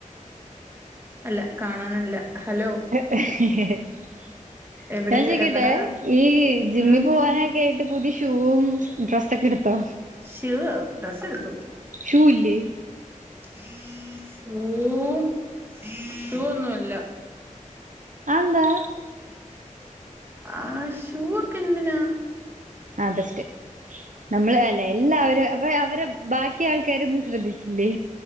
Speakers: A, on the right; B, on the right.
A: അല്ല കാണാനല്ല
B: ഞാൻ
A: ഹലോ
B: ചോക്കികട്ടെ
A: എവിടെ എവിടാ ഉം
B: ഈ ഡ്രസ്സൊക്കെ എടുത്തോ
A: ശൂവ് ഡ്രസ്സ് എടുത്തു
B: ഷൂ ഇല്ലേ
A: മ്മ് ശൂ ഒന്നുല്ല
B: അതെന്താ
A: ആ ഷൂ ഒക്കെ എന്തിനാ
B: ആ ബെസ്റ്റ് നമ്മള് അല്ലെ എല്ലാവരും അപ്പൊ അവരെ ബാക്കി ആൾക്കാരൊന്നും ശ്രദ്ധിച്ചില്ലേ